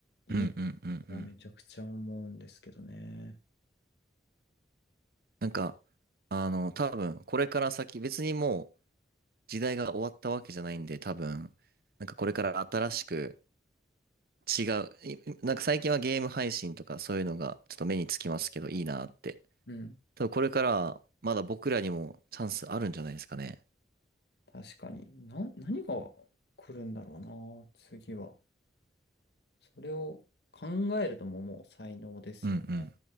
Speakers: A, on the left (about 65°); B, on the right (about 55°).
A: いい
B: うんうんうんうん。
A: とはめちゃくちゃ思うんですけどね。
B: なんか、あの、多分、これから先、別にもう時代が終わったわけじゃないんで、多分、なんかこれから新しく違う、いなんか最近はゲーム配信とかそういうのがちょっと目につきますけど、いいなって。
A: うん、
B: 多分これからはまだ僕らにもチャンスあるんじゃないですかね。
A: 確かに。な、何が来るんだろうな、次は。それを考えるとももう才能ですよね。
B: うんうん